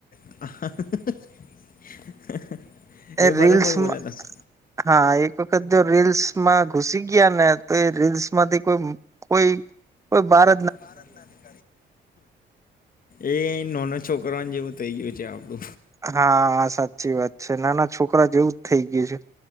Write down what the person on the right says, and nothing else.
એ
રીલસમાં,
હા, એક વખત જો રીલ્સમાં ઘુસી ગયા નેતો એ રીલ્સમાંથી કોઈ. કોઈ કોઈ બાર
હા સાચી વાત છે નાના છોકરા જેવુંજ થઇ ગયું છે.